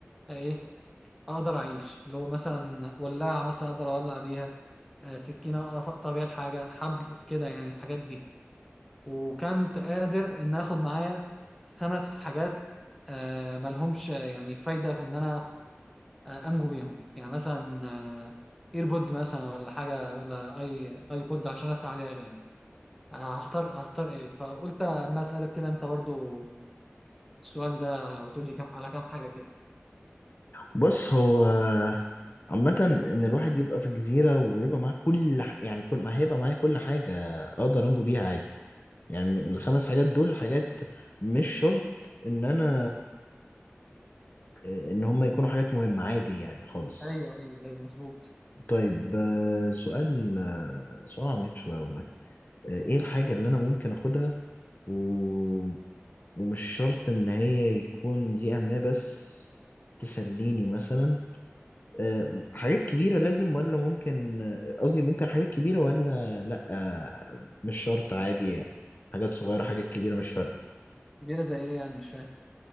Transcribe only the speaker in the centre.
آه، إيه أقدر أعيش اللي هو مثلا ولاعة مثلا أقدر أولع بيها آه، سكينة أعرف أقطع بيها الحاجة حبل كده يعني الحاجات دي وكنت قادر إن آخد معايا خمس حاجات آه، ملهمش يعني فايدة في إن أنا آه، انجو بيهم يعني مثلا ايربودز مثلا ولا حاجه ولا اي اي بود عشان اسمع عليها اغاني هختار هختار ايه فقلت اما اسالك كده انت برضو السؤال ده وتقول لي كم على كام حاجه كده
ايوه ايوه ايوه مظبوط
كبيره زي ايه يعني مش فاهم